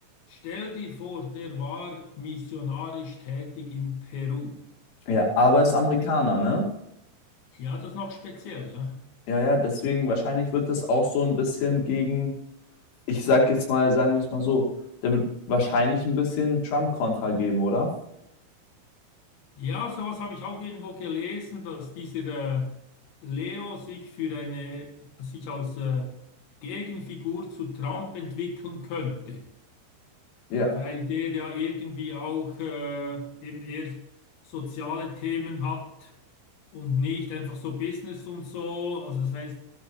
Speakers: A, on the left; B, on the left.
A: Stell dir vor, der war missionarisch tätig in Peru.
B: Ja, aber ist Amerikaner, ne?
A: Ja, das ist noch speziell. Ne?
B: Ja, ja, deswegen wahrscheinlich wird das auch so ein bisschen gegen, ich sag jetzt mal, sagen wir es mal so, der wird wahrscheinlich ein bisschen Trump-Kontra geben, oder?
A: Ja, sowas habe ich auch irgendwo gelesen, dass dieser äh, Leo sich für eine, sich als äh, Gegenfigur zu Trump entwickeln könnte.
B: Ja,
A: weil der ja irgendwie auch äh, eben eher soziale Themen hat und nicht einfach so Business und so. Also das heißt,